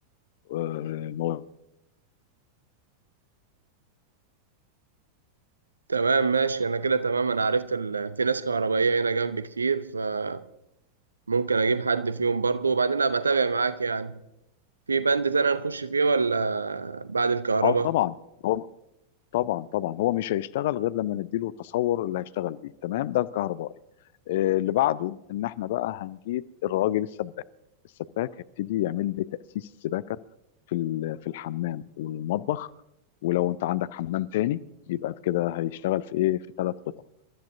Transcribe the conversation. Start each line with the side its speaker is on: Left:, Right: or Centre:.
Left: الحيط
Right: تمام ماشي انا كده تمام انا عرفت ال... في ناس كهربائيه هنا جنبي كتير فممكن اجيب حد فيهم برضه وبعدين ابقى اتابع معاك يعني في بند تاني هنخش فيه ولا بعد الكهرباء
Left: اه طبعا هو طبعا طبعا هو مش هيشتغل غير لما نديله التصور اللي هيشتغل بيه تمام ده الكهربائي آه، اللي بعده ان احنا بقى هنجيب الراجل السباك السباك هيبتدي يعمل لي تأسيس السباكة في ال- في الحمام والمطبخ ولو انت عندك حمام تاني يبقى كده هيشتغل في ايه في ثلاث قطع